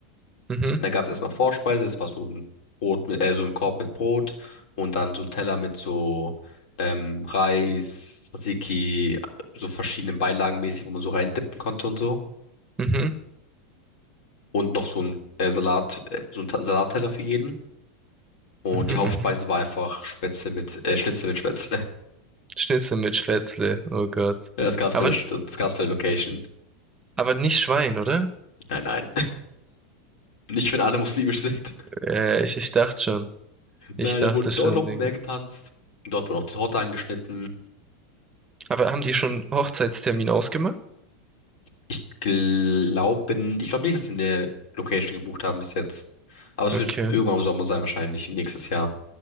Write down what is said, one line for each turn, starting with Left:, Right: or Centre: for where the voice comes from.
Right: Mhm,
Left: Da gab es erstmal Vorspeise, es war so ein Brot mit, äh, so ein Korb mit Brot und dann so ein Teller mit so ähm, Reis, Tzatziki, so verschiedenen Beilagen mäßig, wo man so reindippen konnte und so.
Right: mhm,
Left: Und noch so ein äh, Salat, äh, so ein Ta- Salatteller für jeden. Und
Right: mhm,
Left: die
Right: mhm.
Left: Hauptspeise war einfach Spätzle mit, äh, Schnitzel mit Spätzle. <laughs>
Right: Schnitzel mit Spätzle, oh Gott.
Left: Das gab's
Right: Aber,
Left: bei der, Sch- das, das gab's bei der Location.
Right: aber nicht Schwein, oder?
Left: Nein, nein. <laughs> Nicht, wenn alle muslimisch sind. <laughs>
Right: Äh, ich, ich dachte schon. Ich
Left: Nein,
Right: dachte
Left: da wurde
Right: schon,
Left: dort noch
Right: Digga.
Left: mehr getanzt. Dort wurde auch die Torte angeschnitten.
Right: Aber haben die schon Hochzeitstermin ausgemacht?
Left: Ich glaube, ich glaube nicht, dass sie eine Location gebucht haben bis jetzt. Aber es
Right: Okay.
Left: wird irgendwann im Sommer sein, wahrscheinlich nächstes Jahr.